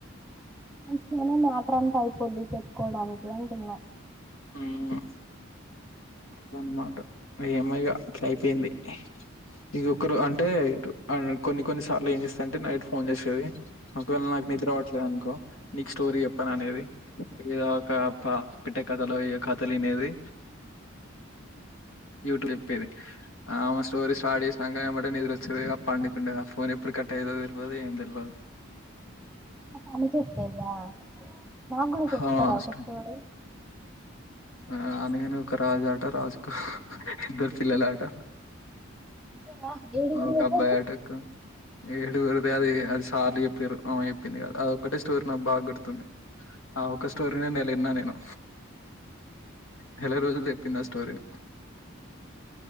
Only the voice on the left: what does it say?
మ్మ్ అద్ అన్మాట ఏమో ఇగ అట్లైపేయింది ఇదొకరు అంటే అన్ కొన్ని కొన్ని సార్లు ఏం చేస్ అంటే నైట్ ఫోన్ చేస్తది ఒకవేళ నాకు నిద్రవట్లేదు
అనుకో నీకు స్టోరీ చెప్పను అనేవి ఏదో ఒక ప పిట్ట కథలో ఈ కథలు వినేవి క్యూట్ చెప్పేది ఆమె స్టోరి స్టార్ట్ చేసినక యమట నిదురోస్ చుదిగా పండుకుండేద ఫోన్ ఎప్పుడు కట్ అయితదో తెల్వదు ఏం తెల్వదు
ఆ,
స్ట్-
ఆ అనగానగా ఒక రాజు ఆట రాజుకు ఇద్దరు పిల్లల ఆట
ఒక అబ్బాయి ఆటకు ఏడుగురిదది అది అది సార్లు చె పేరు ఆమె చెప్పింది గా అదొక్కటే స్టోరి నాకు బాగా గుర్తుంది ఆ ఒక స్టోరీ నే లిన్న నేను నెల రోజులు దెప్ పిన్న స్టోరీ న